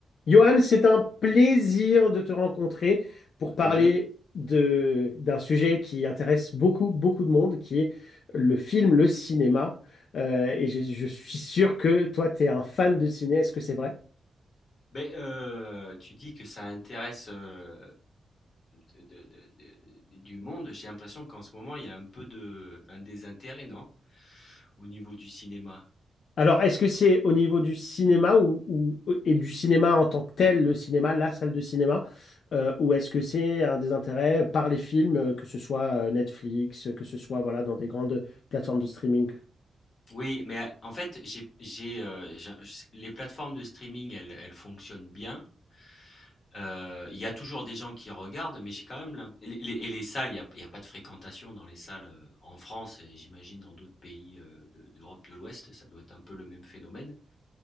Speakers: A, on the left (about 70°); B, on the left (about 45°).
A: Johan, c'est un plaisir de te rencontrer pour
B: De
A: parler
B: même.
A: de, d'un sujet qui intéresse beaucoup, beaucoup de monde, qui est le film, le cinéma. Euh, et je, je suis sûr que toi, tu es un fan de ciné, est-ce que c'est vrai?
B: Ben, euh, tu dis que ça intéresse euh, de- de- de- de- du monde. J'ai l'impression qu'en ce moment, il y a un peu de, un désintérêt, non? Au niveau du cinéma.
A: Alors, est-ce que c'est au niveau du cinéma ou, ou- et du cinéma en tant que tel, le cinéma, la salle de cinéma, euh, ou est-ce que c'est un des intérêts par les films, euh, que ce soit euh, Netflix, que ce soit voilà, dans des grandes plateformes de streaming?
B: Oui, mais euh, en fait, j'ai, j'ai, euh, j'ai- les plateformes de streaming, elles, elles fonctionnent bien. Euh, Il y a toujours des gens qui regardent, mais j'ai quand même l'imp- et les, et les salles, il n'y a, il y a pas de fréquentation dans les salles euh, en France et j'imagine dans d'autres pays euh, de- d'Europe de l'Ouest, ça doit être un peu le même phénomène.